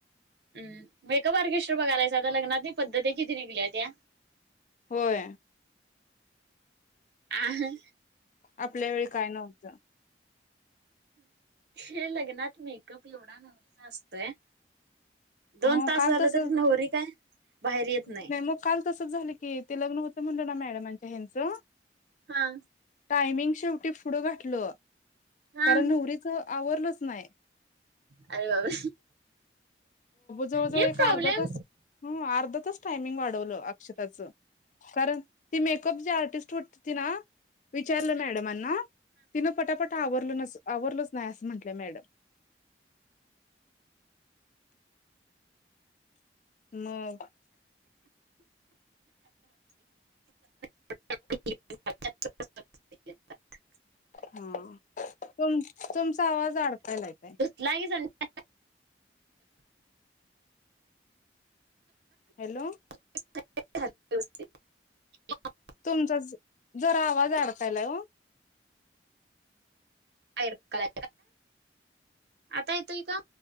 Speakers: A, on the right (about 65°); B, on the left (about 45°).
A: उम्म मेकअप आर्केस्टर बघालायच आता लग्नातली पद्धतीत किती निघल्या त्या.
B: होय.
A: आ..
B: आपल्या वेळी काय नव्हतं.
A: हे लग्नात मेकअप एवढा <inaudible> असतोय. दोन
B: हो
A: तास
B: काल
A: झालं
B: तस
A: तरी, नवरी काय बाहेर येत नाही.
B: मग काल तसंच झालं की ते लग्न होतं म्हणलं ना मॅडमांच्या ह्यांचं.
A: हा.
B: टायमिंग शेवटी पुढं घातलं
A: हा
B: कारण नवरीच आवरलंच नाही.
A: अरे बाबा.
B: जवळजवळ
A: हे
B: एक
A: प्रॉब्लेम
B: अर्धा तास ह अर्धा तास टायमिंग वाढवलं अक्षताचं. कारण ती मेकअप जी आर्टिस्ट होती ती ना विचारलं मॅडमनी. तिनं पटापट आवरलं आवरलंच नाही असं म्हटलं मॅडम. मग.
A: <inaudible>
B: हा तुम तुमचा आवाज अडकायला काय.
A: लागे <unintelligible>
B: हॅलो.
A: <inaudible>
B: तुमचा जरा आवाज अडकालय वो.
A: <unintelligible> का आता येतोय का?